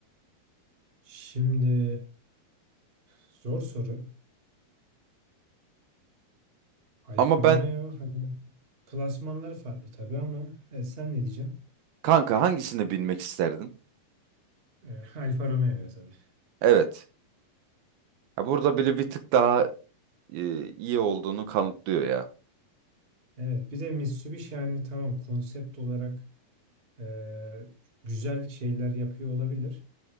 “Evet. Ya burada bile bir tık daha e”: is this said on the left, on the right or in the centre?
Right